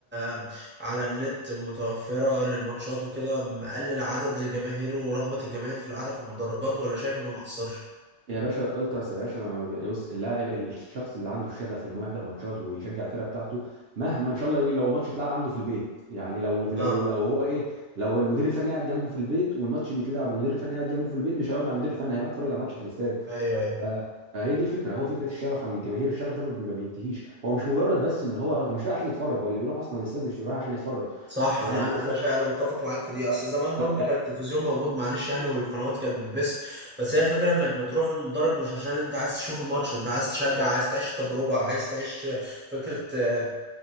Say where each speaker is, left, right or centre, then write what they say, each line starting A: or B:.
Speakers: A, on the right (about 15°); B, on the right (about 60°).
A: آه، على النت متوفرة للماتشات وكده مقلل عدد الجماهير ورغبة الجماهير في العادة في المدرجات ولا شايف انه مقصرش؟
B: يا باشا الالتراس يا باشا ما بيوس- اللاعب الشخص اللي عنده الشغف ان هو يحضر ماتشات ويشجع الفرقه بتاعته مهما ان شاء الله لو الماتش اتلعب عنده في البيت يعني لو لو
A: اه
B: لو هو ايه لو المدير الفني قاعد جنبه في البيت والماتش بيتلعب والمدير الفني قاعد جنبه في البيت مش هيقعد مع المدير الفني هيروح يتفرج على الماتش في الاستاد
A: ايوه ايوه
B: ف- فهي دي الفكره هو فكره الشغف عند الجماهير الشغف ده ما بي- ما بينتهيش هو مش مجرد بس ان هو رايح هو مش رايح عشان يتفرج هو اللي بيروح اصلا الاستاد مش رايح عشان يتفرج
A: صح
B: آه،
A: انا
B: يعني انا مثلا
A: انا شا... انا متفق معاك في دي اصل زمان برضو
B: آه، آه،
A: كان التلفزيون موجود معلش يعني والقنوات كانت بتبث بس هي الفكره انك بتروح المدرج مش عشان انت عايز تشوف الماتش انت عايز تشجع عايز تعيش التجربه عايز تعيش فكره آه،